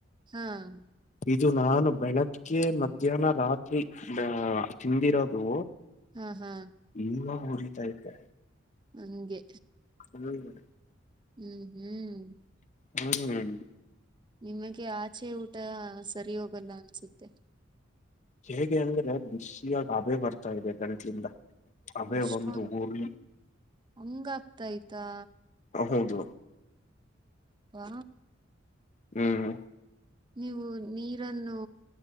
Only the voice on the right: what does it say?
ಹ್ಮ್ಮ್
ಹ್ಮ್ ಹಾ
ಹಂಗೆ
ಹ್ಮ್ ಹ್ಮ್ಮ್
ನಿಮಗೆ ಆಚೆ ಊಟ ಸರಿ ಹೋಗಲ್ಲ ಅನ್ಸುತ್ತೆ
ಅಷ್ಟೊಂದು
ಹಂಗ ಆಗ್ತಾಯಯ್ತಾ
ಯಪ್ಪಾ
ನೀವು ನೀರನ್ನು